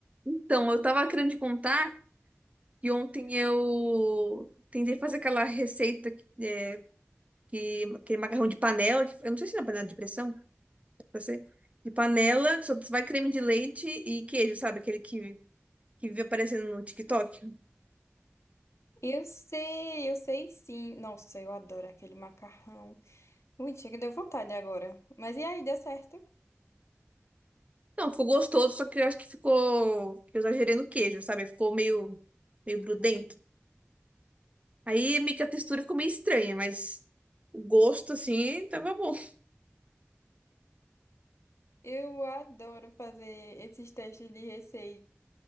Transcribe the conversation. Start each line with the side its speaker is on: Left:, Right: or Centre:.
Right: Então, eu tava querendo te contar que ontem eu tentei fazer aquela receita que, é, que aquele macarrão de panela, que, eu não sei se é panela de pressão, pra ser, de panela, que só vai creme de leite e queijo, sabe? Aquele que, que vive aparecendo no TikTok.
Left: Eu sei, eu sei sim. Nossa, eu adoro aquele macarrão. Ui, chega, deu vontade agora. Mas e aí, deu certo?
Right: Não, ficou gostoso, só que eu acho que ficou, que eu exagerei no queijo, sabe? Ficou meio, meio grudento. Aí meio que a textura ficou meio estranha, mas o gosto, assim, tava bom.
Left: Eu adoro fazer esses testes de receita